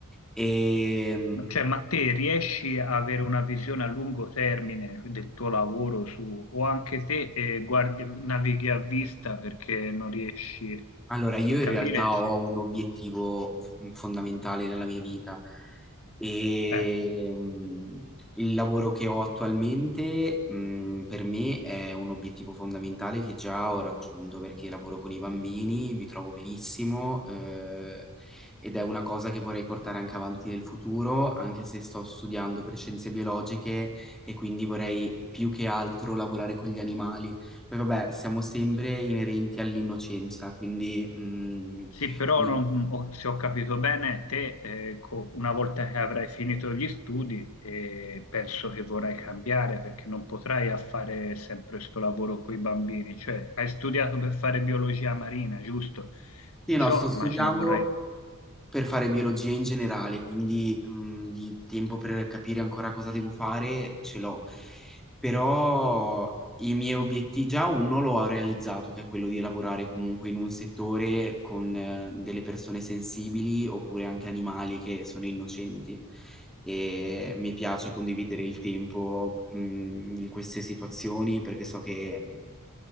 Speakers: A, in the centre; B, on the left.
A: E,
B: Ma, cioè, ma te riesci a avere una visione a lungo termine del tuo lavoro su, o anche te eh, guardi- navighi a vista perché non riesci
A: Allora, io
B: a
A: in
B: capire
A: realtà
B: se...
A: ho un obiettivo f- fondamentale nella mia vita e
B: eh.
A: mh, il lavoro che ho attualmente mh, per me è un obiettivo fondamentale che già ho raggiunto perché lavoro con i bambini, mi trovo benissimo eh, ed è una cosa che vorrei portare anche avanti nel futuro, anche se sto studiando per scienze biologiche e quindi vorrei più che altro lavorare con gli animali poi vabbè, siamo sempre inerenti all'innocenza, quindi... mm,
B: Sì, però
A: mi-
B: non- mm, ho- se ho capito bene, te eh, co- una volta che avrai finito gli studi, eh, penso che vorrai cambiare perché non potrai a fare sempre questo lavoro con i bambini. Cioè, hai studiato per fare biologia marina, giusto?
A: sì,
B: Perciò
A: no, sto studiando,
B: immagino vorrai...
A: per fare biologia in generale, quindi mh, di tempo per capire ancora cosa devo fare ce l'ho. Però i miei obiettivi, già uno lo ho realizzato, che è quello di lavorare comunque in un settore con eh, delle persone sensibili oppure anche animali che sono innocenti. E mi piace condividere il tempo mh, in queste situazioni perché so che mhmm,